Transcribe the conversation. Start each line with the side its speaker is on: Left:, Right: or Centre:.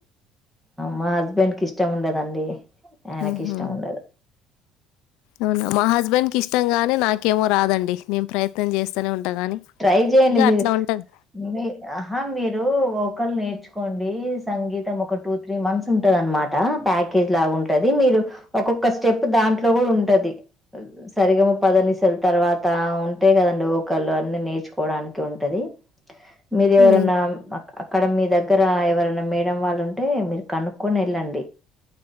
Centre: మా హస్బెండ్ కి ఇష్టం ఉండదు దడి ఎనకి
Left: ఉహు
Centre: ఇష్టముండదు
Left: అవునా మా హస్బెండ్ కి ఇష్టంగానే నాకేమో రాదండి నేను ప్రయత్నం చేస్తూనే ఉంటా గాని
Centre: ట్రై చేయండి
Left: ఇగ
Centre: మీరు
Left: అట్లా ఉంటది
Centre: మీ ఆహా మీరు ఒకళ నేర్చుకోండి సంగీతం ఒక టూ త్రీ మంత్స్ ఉంటది అనమాట ప్యాకేజ్ లాగా ఉంటది మీరు ఒక్కొక్క స్టెప్ దాంట్లో కూడా ఉంటది స రీ గా మా పా ద నిసలు తర్వాత టా ఉం ఒకంటే కదండి ఒకకాళ్ళు అన్ని నేర్చుకోవడానికి ఉంటది మీ ఎవరైనా
Left: హ్మ్.
Centre: అక్కడ మీ దగ్గర ఎవరైనా మేడం వాళ్ళు ఉంటే మీరు కనుక్కొని వెళ్ళండి